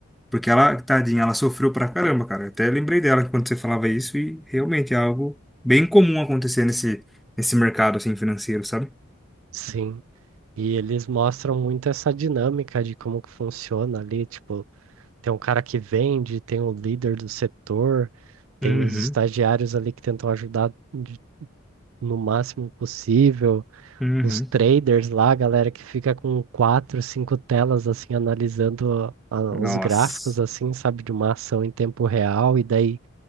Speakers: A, in the centre; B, on the right.
A: Porque ela, tadinha, ela sofreu pra caramba, cara. Eu Até lembrei dela quando você falava isso e realmente é algo bem comum acontecer nesse, nesse mercado assim financeiro, sabe?
B: sim. E eles mostram muito essa dinâmica de como que funciona ali, tipo, tem um cara que vende, tem o líder do setor, tem
A: Uhum,
B: os estagiários ali que tentam ajudar de- no máximo possível.
A: uhum.
B: os traders lá, a galera que fica com quatro, cinco telas assim analisando a-
A: Nossa.
B: os gráficos assim, sabe, de uma ação em tempo real e daí